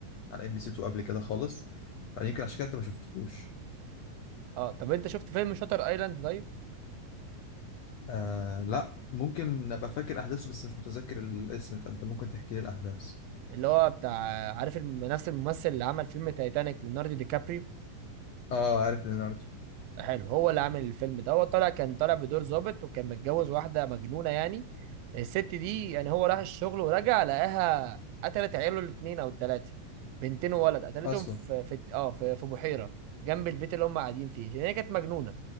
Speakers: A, on the left; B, on the right.
A: على ام بي سي 2 قبل كده خالص فيمكن عشان كده انت ما شفتوش
B: اه طب انت شفت فيلم شاتر ايلاند طيب
A: آه لا ممكن ابقى فاكر احداثه بس مش متذكر الاسم فانت ممكن تحكي لي الاحداث
B: اللي هو بتاع عارف الم- نفس الممثل اللي عمل فيلم تايتانيك ليوناردو دي كابريو
A: اه عارف ليوناردو
B: حلو هو اللي عامل الفيلم ده هو طالع كان طالع بدور ظابط وكان متجوز واحده مجنونه يعني الست دي يعني هو راح الشغل ورجع لقاها قتلت عياله الاثنين او الثلاثه بنتين وولد قتلتهم
A: اصلا
B: في في اه في, في بحيره جنب البيت اللي هم قاعدين فيه لان هي كانت مجنونه